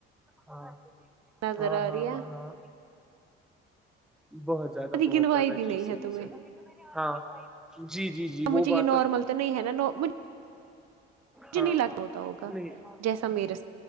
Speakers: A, in the centre; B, on the right.
A: ہاں
B: نظر
A: ہاں
B: آ
A: ہاں
B: رہی ہے
A: ہاں ہاں بہت زیادہ
B: ادھی
A: بہت
B: گنوائی
A: زیادہ
B: بھی
A: جی
B: نہیں
A: صحیح
B: ہے تمہیں
A: صحیح ہاں جی جی جی وہ
B: مجھے یہ
A: بات
B: نارمل
A: تو ہے
B: نہیں ہے نا مجھے
A: ہاں
B: نہیں لگ ہوتا ہوگا
A: نہیں
B: جیسا میرے